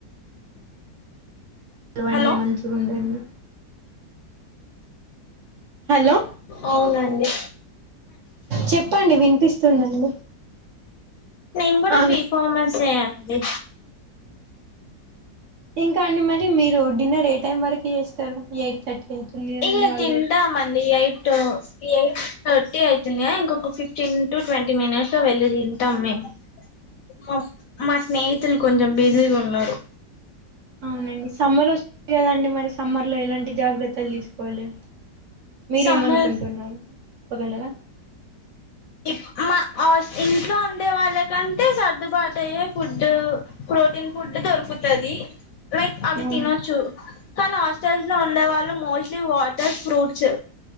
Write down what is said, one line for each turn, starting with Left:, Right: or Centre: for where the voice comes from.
Right: చదవండి
Left: హలో
Right: మంచిగుండండి. హలో
Left: అవునండి.
Right: చెప్పండి వినిపిస్తుందండి
Left: నేను గూడా
Right: ఆ
Left: బి ఫార్మసే అండి.
Right: ఇంకా అండి మరి మీరూ డిన్నర్ ఏ టైం వరకి జేస్తారు ఎయిట్ థర్టీ. అవుతుంది కదండి
Left: ఇగ
Right: ఆల్రెడీ
Left: తింటామండి ఎయిట్ట్ ఎయిట్. థర్టీ అయితుందిగ ఇంకొక ఫిఫ్టీన్ టు ట్వంటీ మినిట్స్ లో వెళ్ళి తింటాం మేము. మా మా స్నేహితులు కొంచం బిజీగున్నారు.
Right: అవునండి సమ్మర్ ఒస్తుంది కదండి మరి సమ్మర్ లో ఎలాంటి జాగ్రత్తలు తీస్కోవాలే. మీరేమన్కుంటున్నారు
Left: సమ్మర్
Right: చెప్పగలరా.
Left: ఇక్ మా అస్ ఇంట్లో ఉండే వాళ్ళకంటే సర్దుబాటయ్యే ఫుడ్డు ఫుడ్. ప్రోటీన్ ఫుడ్ దొరుకుతది లైక్ అవి
Right: అవును
Left: తినొచ్చు. కానీ హాస్టల్స్ లో ఉండే వాళ్ళు మోస్ట్లీ వాటర్ ఫ్రూట్సు.